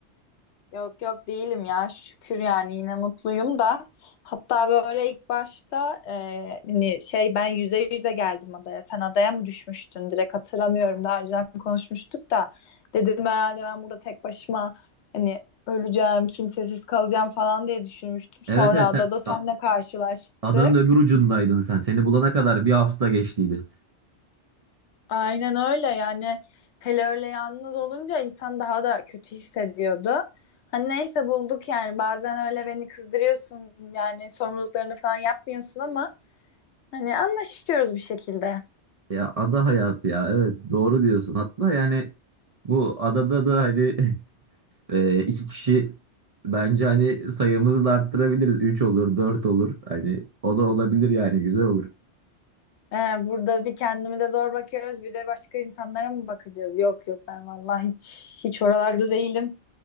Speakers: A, on the left (about 75°); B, on the right (about 45°).
A: <laughs> Yok yok değilim ya. Şükür yani yine mutluyum da. Hatta böyle ilk başta e, hani şey ben yüze yüze geldim adaya. Sen adaya mı düşmüştün? Direkt hatırlamıyorum. Daha önceden konuşmuştuk da. Dedim herhalde ben burada tek başıma hani öleceğim, kimsesiz kalacağım falan diye düşünmüştüm. Sonra
B: Evet evet
A: adada
B: sen
A: seninle
B: a-
A: karşılaştık.
B: adanın öbür ucundaydın sen. Seni bulana kadar bir hafta geçtiydi.
A: Aynen öyle yani hele öyle yalnız olunca insan daha da kötü hissediyordu. Hani neyse bulduk yani bazen öyle beni kızdırıyorsun yani sorumluluklarını falan yapmıyorsun ama hani anlaşıyoruz bir şekilde.
B: Ya ada hayatı ya evet doğru diyorsun. Hatta yani bu adada da hani <laughs> e, iki kişi bence hani sayımızı da arttırabiliriz. Üç olur dört olur hani o da olabilir yani güzel olur.
A: Ee, burada bir kendimize zor bakıyoruz bir de başka insanlara mı bakacağız? Yok yok ben vallahi hiç hiç oralarda değilim.